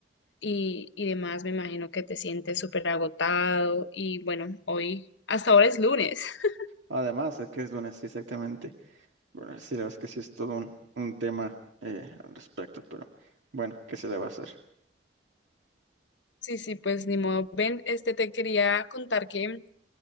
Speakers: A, on the left; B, on the right.
A: y, y demás, me imagino que te sientes súper agotado y bueno, hoy, hasta ahora es lunes. <laughs>
B: Además, es que es lunes, sí, exactamente. Bueno, sí, la verdad es que sí es todo un, un tema eh, al respecto, pero bueno, ¿qué se le va a hacer?
A: Sí, sí, pues ni modo. Ven, este te quería contar que